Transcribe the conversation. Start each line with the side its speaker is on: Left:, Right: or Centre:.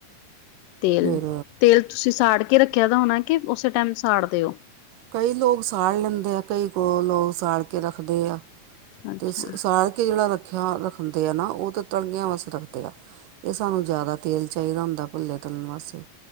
Left: ਤੇਲ,
Right: ਫਿਰ
Left: ਤੇਲ ਤੁਸੀਂ ਸਾੜ ਕੇ ਰੱਖਿਆ ਦਾ ਹੋਣਾ ਕੇ ਉਸੇ ਟਾਈਮ ਸਾੜਦੇ ਓ।
Right: ਕਈ ਲੋਕ ਸਾੜ ਲੈਂਦੇ ਆ, ਕਈ ਕੋ ਲੋਕ ਸਾੜ ਕੇ ਰੱਖਦੇ ਆ਼
Left: ਅੱਛਾ
Right: ਤੇ ਸਾੜ ਕੇ ਜਿਹੜਾ ਰੱਖਿਆ ਰੱਖਦੇ ਆ ਨਾ ਉਹ ਤੇ ਤੜਕਿਆ ਵਾਸਤੇ ਰੱਖਦੇ ਆ। ਤੇ ਸਾਨੂੰ ਜ਼ਿਆਦਾ ਤੇਲ ਚਾਹੀਦਾ ਹੁੰਦਾ ਭੱਲੇ ਤਲਣ ਵਾਸਤੇ